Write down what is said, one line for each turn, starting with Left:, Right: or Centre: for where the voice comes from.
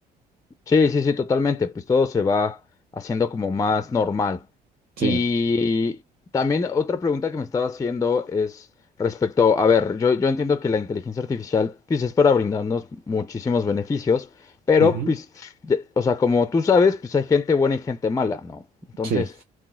Left: Sí, sí, sí, totalmente. Pues todo se va haciendo como más normal.
Right: Sí,
Left: Y también otra pregunta que me estaba haciendo es respecto, a ver, yo, yo entiendo que la inteligencia artificial pues es para brindarnos muchísimos beneficios, pero
Right: ujú,
Left: pues, de- o sea, como tú sabes, pues hay gente buena y gente mala, ¿no? Entonces,
Right: Sí,